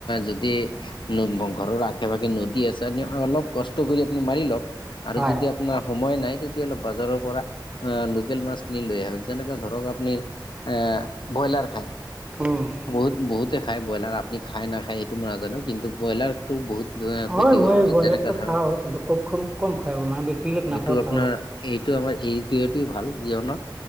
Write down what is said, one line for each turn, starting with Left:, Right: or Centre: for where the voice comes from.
Left: যদি ঘৰৰ কেবাকে নদী আছে‌। তেনেহলে অলপ কষ্ট কৰি আপুনি মাৰি লওক আৰু
Right: হয়
Left: যদি নাই সময় নাই। তেতিয়াহলে বাজাৰৰ পৰা আহ লোকেল মাছ কিনি লৈ আহক যেনেকে ধৰক আপুনি এহ ব্ৰইলাৰ খায়।
Right: উম।
Left: বহুত বহুতে খাই ব্ৰইলাৰ আপুনি খাই নাখায় এইটো মই নাজানো। কিন্তু ব্ৰইলাৰটো বহুত
Right: হয়,
Left: ক্ষতিকৰ
Right: মই ব্ৰইলাৰটো
Left: যেনেকা ধৰক
Right: খাওঁ। কিন্তু খুব খুব কম খাই মানে বেছি
Left: এইটো
Right: নাখাওঁ
Left: আপোনাৰ
Right: আৰু
Left: এইটো আমাৰ এই এইটোৱেটো ভাল কিয়নো